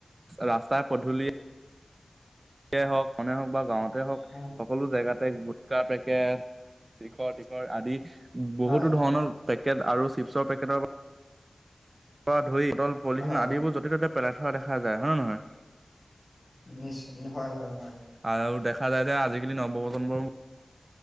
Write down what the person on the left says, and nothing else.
হয়
হয়
হয়
নিশ্চয় হয় হয় হয়